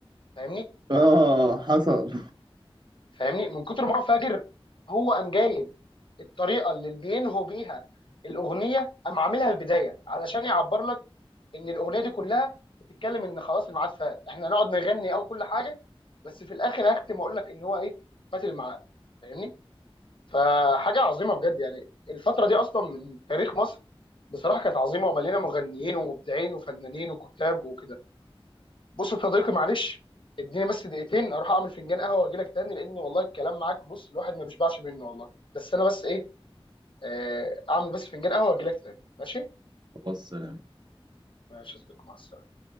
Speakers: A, on the left; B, on the right.
A: فاهمني
B: اه حصل
A: فاهمني من كتر ما هو فاجر هو قام جايب الطريقه اللي بينهوا بيها الاغنيه قام عاملها البدايه علشان يعبر لك ان الاغنيه دي كلها بتتكلم ان خلاص الميعاد فات احنا هنقعد نغني او كل حاجه بس في الاخر هختم واقول لك ان هو ايه فات الميعاد فاهمني فحاجه عظيمه بجد يعني الفتره دي اصلا من تاريخ مصر بصراحه كانت عظيمه ومليانه مغنيين ومبدعين وفنانين وكتاب وكده بص يا صديقي معلش اديني بس دقيقتين اروح اعمل فنجان قهوه واجي لك تاني لان والله الكلام معاك بص الواحد ما بيشبعش منه والله بس انا بس ايه آه، اعمل بس فنجان قهوه واجي لك تاني ماشي
B: خلاص سلام
A: ماشي يا صديقي مع السلامه